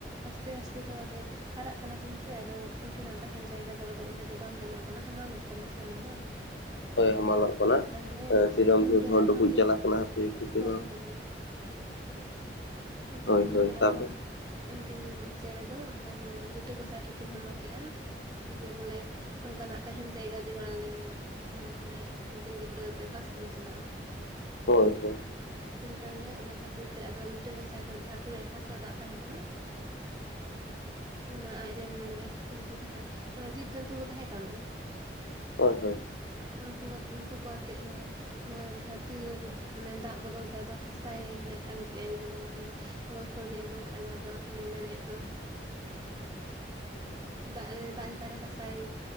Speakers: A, on the right; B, on the left.
A: ᱟᱥᱛᱮ ᱟᱥᱛᱮ ᱫᱚ ᱟᱫᱚ ᱦᱟᱨᱟᱜ ᱠᱟᱱᱟ ᱠᱤᱱ ᱥᱮ ᱟᱫᱚ ᱩᱱᱠᱤᱱᱟᱜ ᱛᱟᱸᱦᱮᱱ ᱡᱟᱭᱜᱟ ᱫᱚ ᱟᱫᱚ ᱚᱸᱰᱮ ᱫᱚ ᱵᱟᱝ ᱜᱟᱱᱚᱜ ᱠᱟᱱᱟ ᱦᱟᱢᱟᱞᱚᱜ ᱠᱟᱱᱟ ᱥᱮ ᱚᱱᱟᱫᱚ।
B: ᱦᱳᱭ ᱦᱟᱢᱟᱞᱚᱜ ᱠᱟᱱᱟ
A: ᱟᱫᱚ ᱛᱟᱦᱚᱞᱮ
B: ᱥᱤᱨᱚᱢ
A: ᱩᱱᱨᱮ
B: ᱫᱷᱩᱯ ᱦᱚᱸ
A: ᱟᱨᱦᱚᱸ
B: ᱰᱩᱵᱩᱡ
A: ᱠᱤᱱ
B: ᱪᱟᱞᱟᱜ ᱠᱟᱱᱟ ᱦᱟᱯᱮ ᱦᱟᱯᱮ ᱛᱮ
A: ᱦᱳᱭ
B: ᱵᱟᱝ
A: ᱦᱳᱭ। ᱛᱟᱦᱚᱞᱮ
B: ᱦᱳᱭ
A: ᱩᱱᱨᱮ
B: ᱦᱳᱭ ᱛᱟᱯᱚᱨ
A: ᱟᱨ ᱦᱚᱸ ᱩᱱᱠᱤᱱ ᱪᱮᱸᱬᱮ ᱫᱚ ᱞᱤᱴᱟᱹ ᱜᱚᱸᱥᱟᱭ ᱴᱷᱮᱱ ᱠᱤᱱ ᱦᱚᱢᱚᱨ ᱠᱮᱜᱼᱟ ᱡᱮ ᱵᱚᱞᱮ ᱚᱱᱠᱟᱱᱟᱜ ᱛᱟᱸᱦᱮᱱ ᱡᱟᱭᱜᱟ ᱡᱚᱜᱟᱲ ᱟᱞᱮᱢᱮ। ᱦᱮᱸ ᱚᱱᱮ ᱱᱩᱠᱤᱱ ᱜᱤᱫᱽᱨᱟᱹᱛᱮ ᱚᱠᱟ ᱥᱮᱫ ᱞᱤᱧ ᱪᱟᱞᱟᱜᱼᱟ?
B: ᱦᱳᱭ ᱦᱳᱭ
A: ᱟᱫᱚ ᱛᱟᱦᱚᱞᱮ ᱚᱱᱟ ᱠᱷᱟᱹᱛᱤᱨ ᱛᱮ ᱟᱫᱚ ᱟᱹᱰᱤ ᱞᱤᱴᱟᱹ ᱜᱚᱫᱟᱢ ᱫᱚ ᱫᱷᱟᱹᱨᱛᱤ ᱨᱮᱭᱟᱜ ᱡᱟᱦᱟᱸ ᱛᱤᱱᱟᱹᱜ ᱫᱟᱜ ᱛᱟᱦᱮᱸ ᱠᱟᱱᱟ, ᱚᱱᱟ ᱟᱡᱨᱮᱱ ᱢᱟᱱᱮ ᱩᱱᱠᱩ ᱡᱟᱦᱟᱸ ᱢᱟᱱᱮ ᱡᱤᱵ ᱡᱚᱱᱛᱩ ᱠᱚ ᱛᱟᱦᱮᱸ ᱠᱟᱱ ᱫᱚ
B: ᱦᱳᱭ ᱦᱳᱭ
A: ᱩᱱᱠᱩ ᱩᱱᱠᱩ ᱠᱚ ᱟᱛᱮᱜ ᱢᱟᱱᱮ ᱱᱚᱣᱟ ᱫᱷᱟᱹᱨᱛᱤ ᱨᱮ ᱢᱟᱱᱮ ᱫᱟᱜ ᱵᱚᱫᱚᱞ ᱛᱮ ᱟᱫᱚ ᱦᱟᱥᱟᱭ ᱢᱟᱱᱮ ᱟᱹᱜᱩ ᱠᱮᱜᱟᱭ, ᱦᱟᱱᱮ ᱜᱚᱞᱯᱷᱚ ᱞᱤᱧ ᱟᱸᱡᱚᱢ ᱠᱟᱜᱼᱟ ᱡᱟᱦᱟᱸ ᱫᱚ ᱟᱱᱮ ᱞᱮᱸᱰᱮᱛ ᱫᱚ ᱫᱟᱜ ᱫᱟᱜ ᱪᱮᱛᱟᱱ ᱨᱮ ᱦᱟᱥᱟᱭ